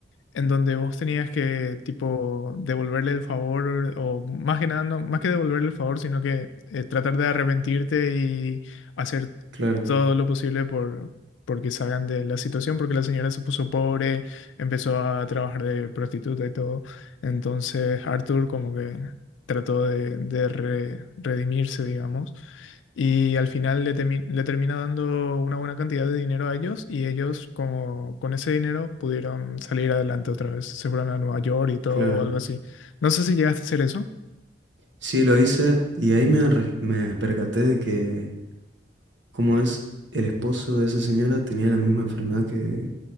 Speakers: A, on the left; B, on the right.
A: en donde vos tenías que, tipo, devolverle el favor, o más que nada, no, más que devolverle el favor, sino que eh, tratar de arrepentirte y hacer
B: Claro,
A: todo lo posible por, porque salgan de la situación, porque la señora se puso pobre, empezó a trabajar de prostituta y todo. Entonces, Arthur como que trató de, de re- redimirse, digamos. Y al final le, temi- le termina dando una buena cantidad de dinero a ellos y ellos como con ese dinero pudieron salir adelante otra vez. Se fueron a Nueva York y todo,
B: claro.
A: algo así. No sé si llegaste a hacer eso.
B: Sí, lo hice y ahí me, re- me percaté de que, como es, el esposo de esa señora tenía la misma enfermedad que,